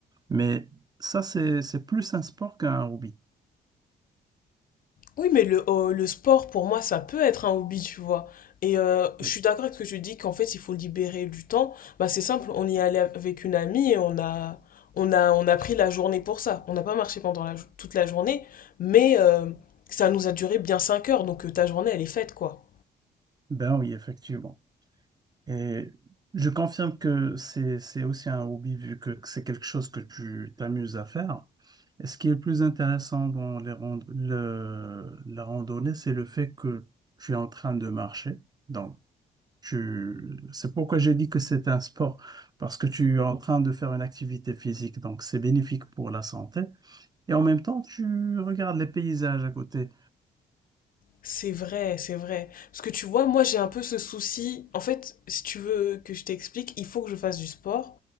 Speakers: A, on the right; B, on the left.
A: Mais ça, c'est, c'est plus un sport qu'un hobby.
B: Oui, mais le, euh, le sport, pour moi, ça peut être un hobby, tu vois. Et euh, je
A: Oui.
B: suis d'accord avec ce que tu dis, qu'en fait, il faut libérer du temps. Bah, c'est simple, on y allait avec une amie et on a, on a, on a pris la journée pour ça. On n'a pas marché pendant la, jo- toute la journée, mais euh, ça nous a duré bien 5 heures, donc euh, ta journée, elle est faite, quoi.
A: Ben oui, effectivement. Et je confirme que c'est, c'est aussi un hobby vu que c'est quelque chose que tu t'amuses à faire. Et ce qui est le plus intéressant dans les rand- le- la randonnée, c'est le fait que tu es en train de marcher. Donc, Tu... C'est pourquoi j'ai dit que c'est un sport, parce que tu es en train de faire une activité physique, donc c'est bénéfique pour la santé. Et en même temps, tu regardes les paysages à côté.
B: C'est vrai, c'est vrai. Parce que tu vois, moi j'ai un peu ce souci. En fait, si tu veux que je t'explique, il faut que je fasse du sport